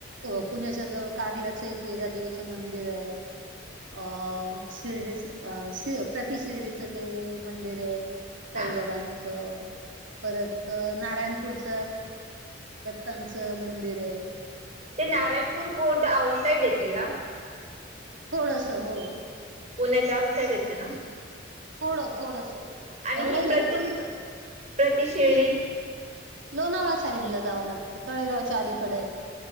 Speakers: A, on the right; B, on the right.
A: पुण्याच्या जवळ कार्ल्याचं एकविरा देवीचं मंदिर आहे. अ शिर्डी अ श प्रति शिर्डीचं ते मंदिर आहे
B: हा
A: साईबाबांचं परत नारायणपूरच दत्तांचं मंदिर आहे.
B: ते नारायणपूर कोट आउट साईड येते का?
A: थोडस हो
B: पुण्याच्या आऊट साईड येते ना?
A: थोडं थोडस एवढं
B: आणि ही प्रति
A: नाही पण?
B: प्रतिशिर्डी
A: लोणावळा साईडला जावं लागतं तळेगावच्या अलीकडे आहे.